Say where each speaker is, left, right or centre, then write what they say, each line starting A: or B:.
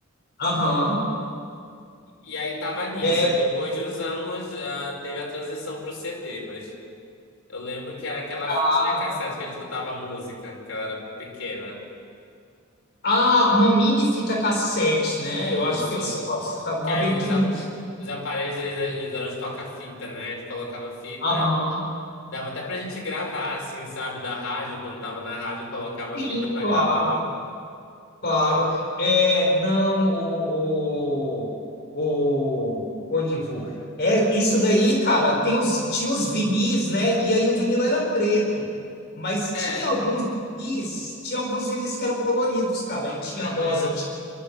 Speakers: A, on the left; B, on the left.
A: Aham.
B: E aí tava nisso.
A: É,
B: Aí depois de uns anos, ah, teve a transição pro CD, mas eu lembro que era aquela
A: cara.
B: fitinha cassete que a gente escutava música, que ela era pequena.
A: Ah, uma mini fita cassete, né?
B: Isso.
A: Eu acho que eu sei qual que você tá, uma
B: Que aí
A: bem pequenininha.
B: os, a- os aparelhos, eles, eles eram os toca-fita, né? Ele colocava fita,
A: Aham.
B: dava até pra gente gravar, assim, sabe? Da rádio, quando tava na rádio, colocava
A: Sim,
B: fita pra
A: claro.
B: gravar.
A: Claro, é, não, o, o, o, o Ivo, é, isso daí, cara, tem os, tinha os vinis, né, e aí o vinil era preto, mas
B: É,
A: tinha alguns vinis, tinha alguns vinis que eram coloridos, cara, aí tinha
B: aham,
A: rosa,